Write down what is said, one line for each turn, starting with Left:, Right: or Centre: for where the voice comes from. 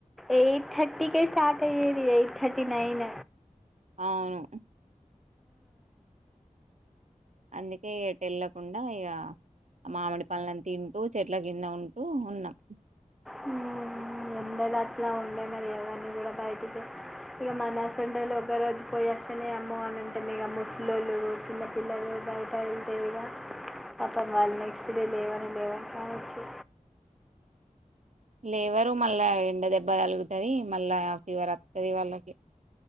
Centre: ఏయ్ థర్టీ కె స్టార్ట్ అయేది ఎయిట్ థర్టీ నైన్
Right: అవును అందుకే ఎటు ఎల్ల కుండా ఇగ ఆ మామిడి పండ్లను తింటూ చేట్ల క్రింద ఉంటూ ఉన్నాం
Centre: హమ్ ఎండలు అట్లా ఉండే మరి ఎవర్ని కూడా బయటికి ఇక మన సుంటోలే ఒక రోజు పోయివస్తనే అమ్మో అని ఉంటాం ఇక ముసలోలు చిన్నపిల్లలు బయట వెళ్దేవిగా పాపం వాళ్ళు నెక్స్ట్ డే లేవని లేవని కావచ్చు
Right: లేవరు మళ్ళా ఎండ దెబ్బ తలుగుతది మళ్ళా ఫీవర్ వస్తది వాళ్ళకి